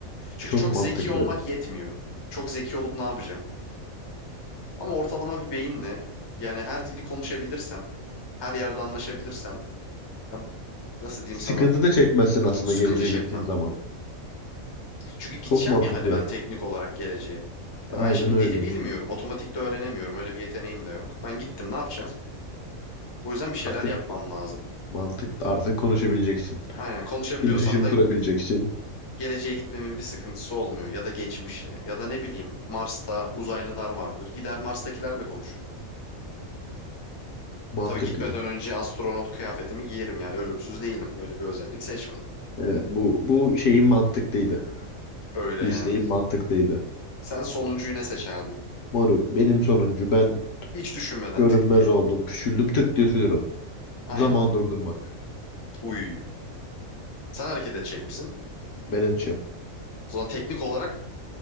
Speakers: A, on the left; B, on the left.
A: Çünkü
B: çok
A: çok
B: mantıklı.
A: zeki olmak yetmiyor. Çok zeki olup ne yapacağım? Ama ortalama bir beyinle yani her dili konuşabilirsem, her yerde anlaşabilirsem ya nasıl diyeyim
B: Sıkıntı
A: sana?
B: da çekmezsin aslında
A: Sıkıntı
B: geleceğe
A: çekmem.
B: gittiğin zaman.
A: Çünkü gideceğim
B: Çok mantıklı.
A: ya hani ben teknik olarak geleceğe. E
B: Aynen
A: ben şimdi
B: öyle.
A: dili bilmiyorum. Otomatik de öğrenemiyorum. Öyle bir yeteneğim de yok. Ben gittim ne yapacağım? O yüzden bir şeyler
B: Artık
A: yapmam lazım.
B: mantık artık konuşabileceksin.
A: Aynen konuşabiliyorsam
B: İletişim
A: da
B: kurabileceksin.
A: geleceğe gitmemin bir sıkıntısı olmuyor. Ya da geçmişe. Ya da ne bileyim Mars'ta uzaylılar vardır. Gider Mars'takilerle konuşurum.
B: Mantıklı.
A: Tabii gitmeden önce astronot kıyafetimi giyerim yani ölümsüz değilim. Öyle bir özellik seçmedim.
B: Evet bu bu şeyin mantıklıydı.
A: Öyle
B: İsteğin
A: yani.
B: mantıklıydı.
A: Sen sonuncuyu ne seçerdin?
B: Moruk benim sonuncu ben
A: Hiç düşünmeden
B: görünmez
A: tık diye.
B: oldum. Küçüldüm tık diye sürüyorum.
A: Aynen.
B: Zaman durdurmak.
A: Uy. Sen hareket edecek misin?
B: Ben açım.
A: O zaman teknik olarak